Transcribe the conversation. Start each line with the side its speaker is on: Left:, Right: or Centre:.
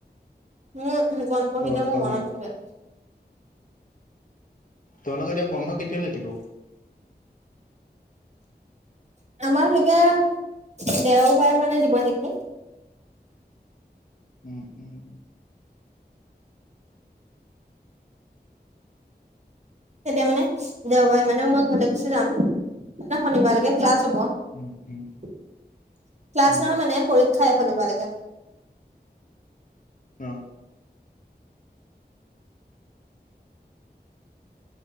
Right: মোৰ সেইকণ পঢ়িলে
Left: অ
Right: মোৰ
Left: অ
Right: মনত থাকে
Left: তোমালোকৰ এতিয়া বন্ধ কেতিয়ালে দিব
Right: আমাৰ চাগে দেওবাৰ মানে দিব নিকি
Left: উম উম উম
Right: তেতিয়া মানে দেওবাৰে মানে মই ঘৰলে গুচি যাম শনিবাৰলেকে ক্লাছ হ'ব
Left: উম উম
Right: ক্লাছ
Left: উম
Right: নহয় মানে পৰীক্ষা শনিবাৰ লেকে
Left: অ